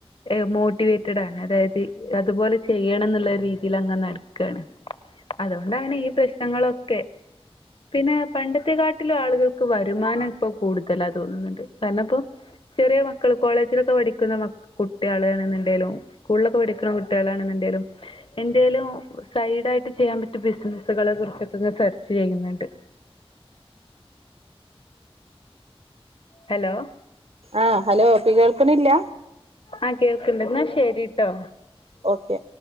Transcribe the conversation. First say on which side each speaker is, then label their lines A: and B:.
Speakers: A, on the left; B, on the right.
A: എഹ് മോട്ടിവേറ്റഡ് ആണ് അതായത് ഇപ്പതുപോലെ ചെയ്യണം എന്നുള്ള രീതിയിലങ്ങ നട് ക്കാണ്. അതുകൊണ്ടാണ് ഈ പ്രശ്നങ്ങളൊക്കെ. പിന്നെ പണ്ടത്തെ കാട്ടിലും ആളുകൾ ക് വരുമാനം ഇപ്പൊ കൂടുതലാ തോന്നുന്നുണ്ട്. കാരണം ഇപ്പോ, ചെറിയ മക്കൾ കോളേജിലൊക്കെ പഠിക്കുന്ന മ കുട്ട്യേളാളാണ് ന്ന് ഇണ്ടേലും സ്കൂളിലൊക്കെ പഠിക്ണ കുട്ട്യേളാണെന്ന്ണ്ടേലും എന്തേലും സൈഡായിട്ട് ചെയ്യാൻ പറ്റിയ ബിസിനസുകളെ കുറിച്ചൊക്കെ ഇങ്ങ സെർച്ച് ചെയ്യ്ന്ന്ണ്ട്. ഹലോ.
B: ആഹ് ഹലോ അപ്പി കേൾക്ണില്ല?
A: ആഹ് കേൾക്ണ്ട്, ന്നാ ശരിട്ടോ.
B: ഓക്കെ